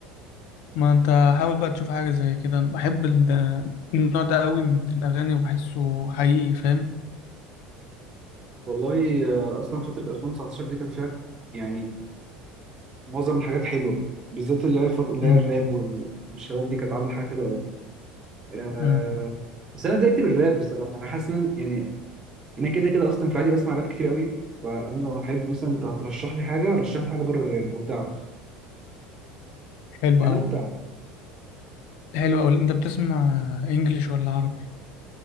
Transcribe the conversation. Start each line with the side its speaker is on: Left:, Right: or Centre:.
Left: ما انت حاول بقى تشوف حاجة زي كده انا بحب ال- النوع ده قوي من الأغاني وبحسه حقيقي فاهم
Right: والله آه، اصلا فتره 2019 دي كان فيها يعني معظم الحاجات حلوه بالذات اللي هي الفتره اللي
Left: امم
Right: هي الراب وال- والشباب دي كانت عامله حاجات حلوه قوي آه
Left: اه،
Right: بس انا اتضايقت من الراب بصراحه انا حاسس ان يعني انا كده كده اصلا في العادي بسمع راب كتير قوي فانا لو حد مثلا انت هترشح لي حاجه رشح لي حاجه بره الراب لو تعرف
Left: حلو
Right: يعني
Left: أوي
Right: لو تعرف
Left: حلو أوي انت بتسمع انجليش ولا عربي